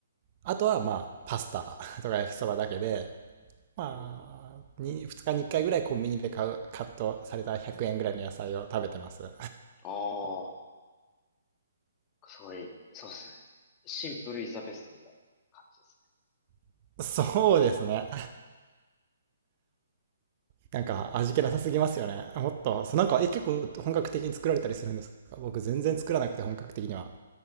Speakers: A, on the right; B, on the left.
A: あとはまあ、パスタ <laughs> とか焼きそばだけで、まあに、
B: うん、うん。うん
A: 2, 2日に1回ぐらいコンビニで買う、カットされた100円ぐらいの野菜を食べてます。
B: ああ、すごい、そうですね。シンプルイズザベストみたいな感じですね。
A: <laughs> そうですね。なんか味気なさすぎますよね。もっと、そうなんか、え、結構本格的に作られたりするんですか僕全然作らなくて本格的には。